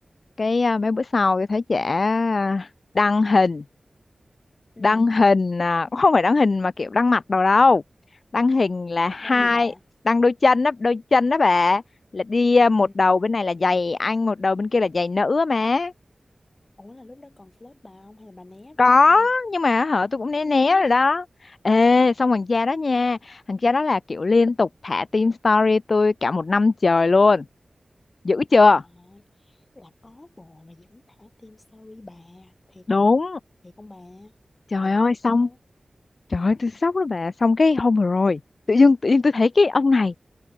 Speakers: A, on the left; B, on the left.
A: cái à, mấy bữa sau tôi thấy chả à, đăng hình
B: ừ
A: đăng hình à, cũng không phải đăng hình mà kiểu đăng mặt đâu đâu đăng hình là hai
B: đang gì bà
A: đăng đôi chân đó đôi chân đó bà là đi à,
B: ừ
A: một đầu bên này là giày anh một đầu bên kia là giày nữ á má
B: ủa là lúc đó còn flirt bà không hay là bà né rồi
A: có nhưng mà hả tôi cũng né
B: nhớ
A: né rồi đó ê xong thằng cha đó nha thằng cha đó là kiểu liên tục thả team story tôi cả một năm trời luôn dữ chưa
B: Trời ơi, là có bồ mà vẫn thả tim sorry bà, thiệt
A: đúng
B: hả? Thiệt không bà?
A: trời
B: Thiệt
A: ơi
B: có bà
A: xong
B: thơ?
A: trời ơi tôi sốc lắm bà xong cái hôm vừa rồi tự dưng tự nhiên tôi thấy cái ông này